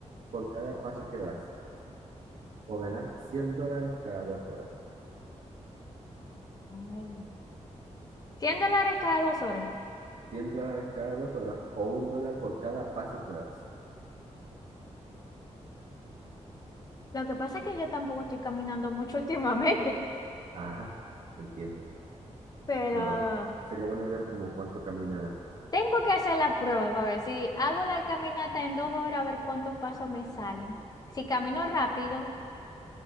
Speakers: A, on the right (about 75°); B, on the left (about 30°).
A: por cada paso que das o ganar 100 dólares cada dos horas.
B: Ay. 100 dólares cada dos horas.
A: cien dólares cada dos horas o un dólar por cada paso que das.
B: Lo que pasa es que yo tampoco estoy caminando mucho <laughs> últimamente,
A: Ajá, entiendo.
B: pero
A: pero sería bueno ver como cuánto camina
B: Tengo que hacer la prueba para ver si hago la caminata en dos horas, a ver cuántos pasos me salen. Si camino
A: es,
B: rápido,